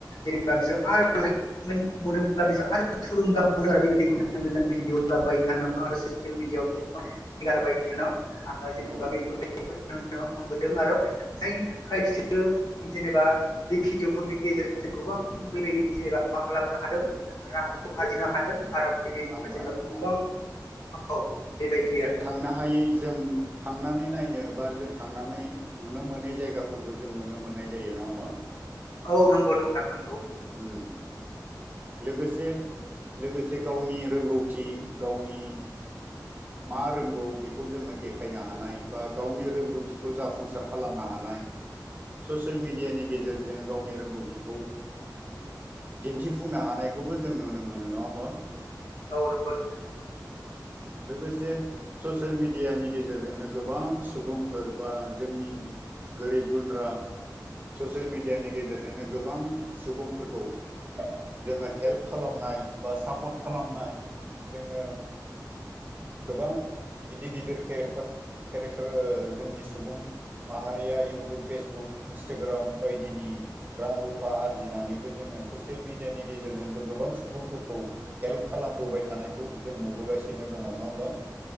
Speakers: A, on the left (about 75°); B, on the right (about 25°).
A: जेनेबा बिसोर आरो लाइक कमेन्द मोनोब्ला बेसोर आरो थुलुंगा मोनो आरो बेबायदि गोदान गोदान भिडिअ लाबोबाय थानो आरो ससियेल मिडियाव बिदिनो हेगारबाय थानो आङो जेनेबा
B: औ
A: बेफोरबायदिखौ नुनो मोनबोदों आरो जायनि थाखाय बिसोरो जेनेबा बे भिडिअफोरनि गेजेरजोंजों गोबां बेबायदि एबा मा खालामनो हादों रांखौ आरजिनो हादों आरो बेबायदिनो
B: रांबो
A: जेनेबा
B: आरजिनो
A: गोबां
B: हादों
A: औ बेबायदि
B: जों
A: आरो
B: थांनो हायै जों थांनानै नायनो बा जों थांनानै नुनो मोनै जायगाफोरखौ जों नुनो मोननाय जायो नङा होमबा
A: औ नंगौ नोंथां नं
B: उम लोगोसे लोगोसे गावनि रोंगौथि गावनि मा रोंगौ बेखौ जोङो देखायनो हानाय बा गावनि रोंगौथिखौ जाफुंसार खालामनो हानाय ससियेल मिडियानि गेजेरजों गावनि रोंगौथिखौ दिन्थिफुंनो हानायखौबो जों नुनो मोनो नङा होनबा
A: औ नंगौ नोंथां
B: लोगोसे ससियेल मिडियानि गेजेरजोंनो गोबां सुबुंफोर बा जोंनि गोरिब गुन्द्रा ससियेल मिडियानि गेजेरजोंनो गोबां सुबुंफोरखौ जोङो हेल्प खालामनाय बा सापर्ट खालामनाय जोङो गोबां गिदिर गिदिर केरेकटार केरेक्टार ओ जोंनि सुबुं माहारिया इउटुब फेसबुक इन्सटाग्राम बायदिनि रां रुफा आरजिनानैबो जोङो ससियेल मिडियानि गेजेरजोंबो गोबां सुबुंफोरखौ हेल्प खालामबोबाय थानायखौ जों नुबोगासिनो दङ नङा होमबा